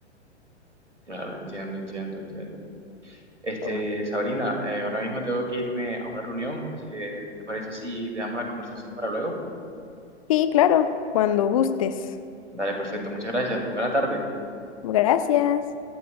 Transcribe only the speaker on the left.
Oh.
Sí, claro, cuando gustes.
Gracias.